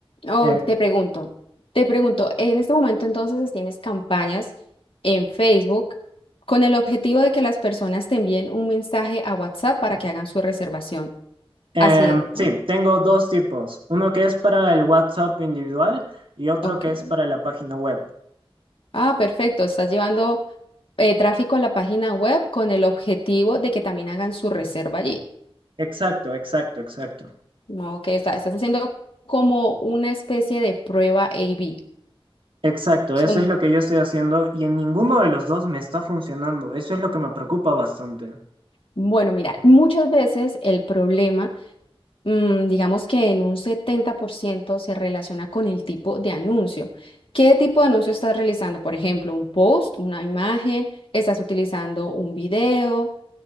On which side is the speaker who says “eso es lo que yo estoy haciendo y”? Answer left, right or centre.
Right